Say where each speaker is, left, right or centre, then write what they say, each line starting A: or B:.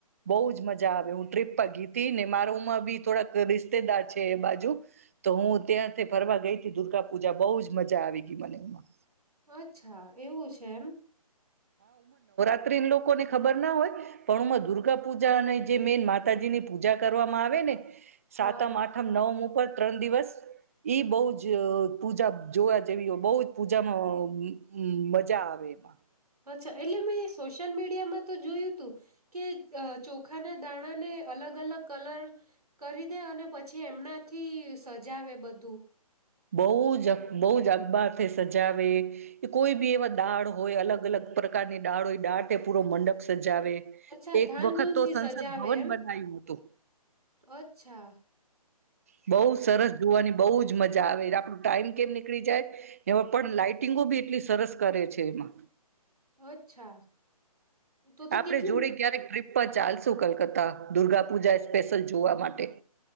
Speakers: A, on the right; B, on the right.
A: બહુજ મજા આવે હું ટ્રીપ પર ગીતી ને મારોમાં બી થોડાક રિશ્તેદાર છે એ બાજુ તો હું ત્યાંથી ફરવા ગઈ હતી દુર્ગા પૂજા બહુજ મજા આવી બ બનેમાં
B: અચ્છા એવું છે એમ
A: અરે લોકોને ખબર ના હોય પણ હમાં દુર્ગા પૂજા અને જે મેન માતાજીની પૂજા કરવામાં આવે ને
B: હા
A: સાતમ આઠમ નવ મુ ત્રણ દિવસ ઈ બહુ જ પૂજા જોવા જેવી બહુ જ પૂજામાં મમજા આવે એમાં.
B: અચ્છા એટલે મેં સોશિયલ મીડિયામાં તો જોયું હતું કે ચોખાના દાણા ને અલગ અલગ કલર કરી દે અને પછી એમનાથી સજાવે બધું
A: બઉુ જ. બહ જ અબારથી સજાવે કોઈ બી એવા દાળ હોય અલગ અલગ પ્રકારની દાળ હોય દાળ પૂરો મંડપ સ જ આવે
B: અચ્છા
A: એક
B: ધાન
A: વખત
B: ધૂનથી
A: તો સંસદ
B: સજાવે
A: ભવન
B: એમ
A: બનાયું હતું.
B: અચ્છા
A: <unintelligible> સરસ જોવાની બઉ. બહુ જ મજા આવે આપણું ટાઈમ કેમ નીકળી જાય એ પણ લાાઈટિંગો બી એટલી સરસ કરે છે એમાં.
B: અચ્છા. તો તો
A: આપડણે
B: કેટલી
A: જોડી ક્યારેક ટ્રીપ પર ચાલશું કલકતા. હતા દુર્ગા પૂજા એ સ્પેશલ જોવા માટે.